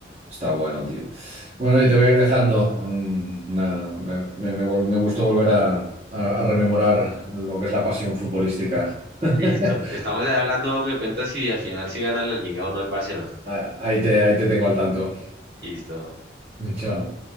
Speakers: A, on the right (about 35°); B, on the right (about 60°).
A: está bueno, tío. Bueno, y te voy a ir dejando. mm, una- me, me- me vol- me gustó volver a, a a rememorar lo que es la pasión futbolística. <laughs>
B: Listo. Estamos ahí hablando, me cuentas si al final si gana la liga o no el Barcelona.
A: Ah, Ahí te, ahí te tengo al tanto.
B: Listo.
A: Chao.